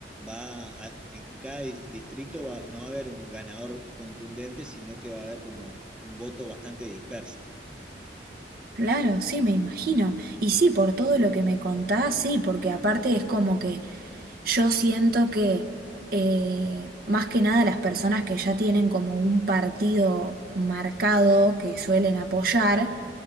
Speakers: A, in the centre; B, on the right (about 55°).
A: va a- en cada di- distrito va- no va a haber un ganador contundente, sino que va a haber como un voto bastante disperso.
B: Claro, sí, me imagino. Y sí, por todo lo que me contás, sí, porque aparte es como que yo siento que eh, más que nada las personas que ya tienen como un partido marcado que suelen apoyar,